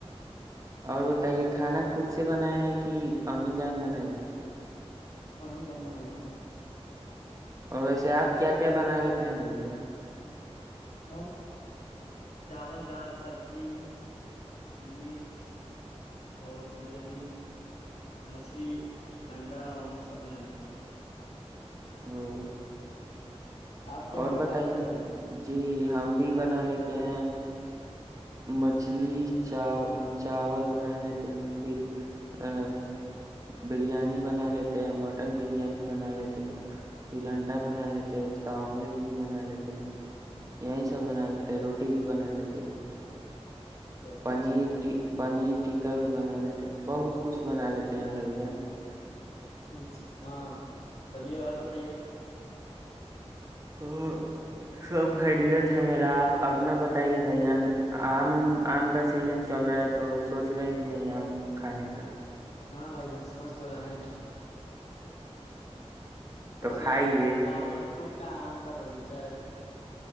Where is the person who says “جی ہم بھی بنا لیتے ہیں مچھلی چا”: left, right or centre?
Right